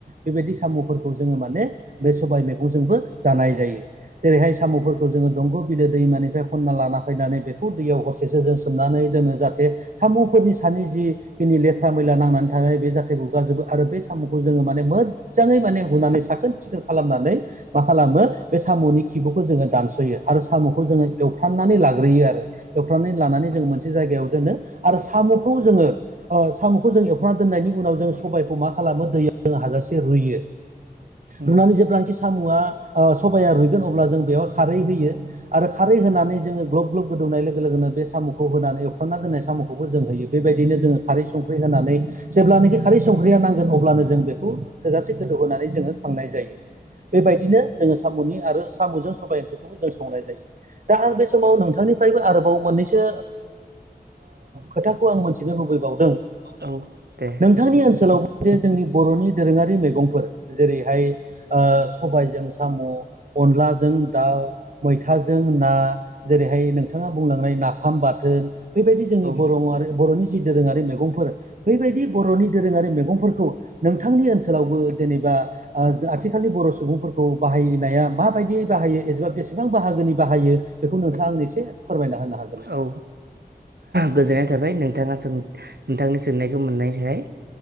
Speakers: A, on the right (about 55°); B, on the right (about 85°).
A: बेबायदि साम'फोरखौ जोङो माने बे सबाय मैगंजोंबो जानाय जायो जेरैहाय साम'फोरखौ जोङो दंग' बिलो दैमानिफ्राय खनना लाना फैनानै बेखौ दैयाव हरसेस जों सुमनानै दोनो जाहाथे सामुंफोरनि सानि जि खिनि लेथ्रा मैला नांनानै थ बे जाथायखौ गाजोबो आरो बे साम'खौ जोङो माने मोद मोजाङै माने हुनानै साखोन सिखोन खालामनानै मा खालामो बे साम'नि खिबुखौ जोङो दानस'यो आरो साम'खौ जोङो एवफ्राननानै लाग्रोयो आरो एवफ्रामनानै लानानै जोङो मोनसे जायगायाव दोनो आरो साम'खौ जोङो साम'खौ जों एवफ्रना दोननायनि उनाव जोङो सबबायखौ मा खालामो दैयाव जोङ हाजासे रुइयो
B: उम
A: रुनानै जेब्लांखि सामुआ सबाया रुइगोन अब्ला जों बेयाव खारै होयो आरो खारै होनानै जोङो ग्लब ग्लब गोदौनाय लोगो लोगोनो बे साम'खौ होनानै एवफ्रांना दोन्नाय साम'खौबो जों होयो बेबायदिनो जोङो खारै संख्रि होनानै जेब्लानोाखि खारै संख्रिया नांगोन अब्लानो जों बेखौ थोजासे गोदौ होनानै जोङो खांनाय जायो बेबायदिनो जोङो साम'नि आरो साम'जों सबायाइ ओंख्रिखौबो जों संनाय जायो दा आं बे समाव नोंथांनिफ्रायबो आरोबाव मोननैसो खोथाखौ आं मोनथिनो लुबैबावदों
B: औ दे
A: नोंथांनि ओनसोलाव जे जोंनि बर'नि दोरोङारि मैगंफोर जेरैहाय सबायजों साम' अनलाजों दाउ मैथाजों ना जेरैहाय नोंथाङा बुंलांनाय नाखौ फाम बाथोन बेबायदि जोंनि
B: औ
A: बर' बर'नि जि दोरोङारि मैगंफोर बेबायदि बर'नि दोरोङारि मैगंफोरखौ नोंथांनि ओनसोलावबो जेनेबा आथिखालनि बर' सुबुंफोरखौ बाहायनाया माबायदि बाहायो एबा बेसेबां बाहागोनि बाहायो बेखौ नोंथाङा आं एसे फोरमायना होनो हागोन नामा
B: औ गोजोननाय थाबाय नोंथाङा नोंथांनि सोंनायखौ मोननायनि थाखाय